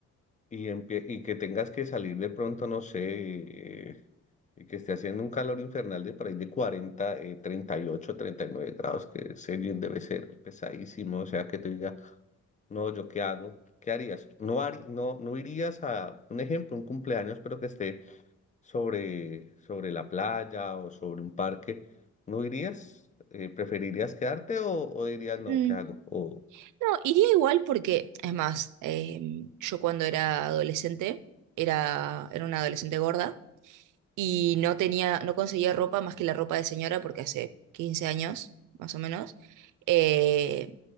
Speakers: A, on the left; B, on the right.
A: y, empie- y que tengas que salir de pronto, no sé, eh, y que esté haciendo un calor infernal de por ahí de 40, eh, 38, 39 grados, que ese jean debe ser pesadísimo, o sea, que te diga, no, ¿yo qué hago? ¿Qué harías? No, harí- no, no irías a, un ejemplo, un cumpleaños, pero que esté sobre, sobre la playa o sobre un parque, ¿no irías? Eh, ¿preferirías quedarte o, o dirías, no,
B: Mm,
A: ¿qué hago? O,
B: No, iría igual porque, es más, eh, yo cuando era adolescente, era, era una adolescente gorda y no tenía, no conseguía ropa más que la ropa de señora porque hace 15 años, más o menos. Eh,